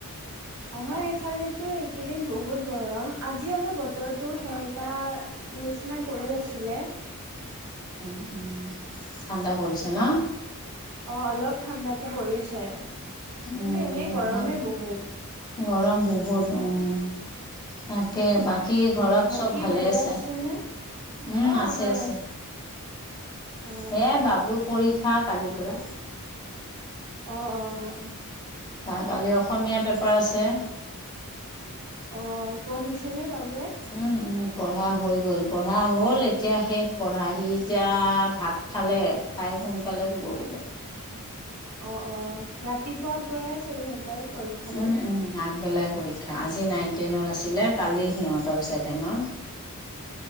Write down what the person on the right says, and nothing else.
আমাৰ এইফালেতো এইকেইদিন বহুত গৰম আজি অলপ বতৰটো সেমেকা নিচিনা কৰি আছিলে
অ
অ অলপ ঠাণ্ডাত পৰিছে কিন্তু
এনেই গৰমে
বহুত
অ
বাকী
আছেনে?
অ
আমাৰ
অ
আহ অ
অ পঢ়িছেনে বাবু
অ অ ৰাতিপুৱাৰ পৰাই চাগে সিহঁতৰ পৰীক্ষাবোৰ।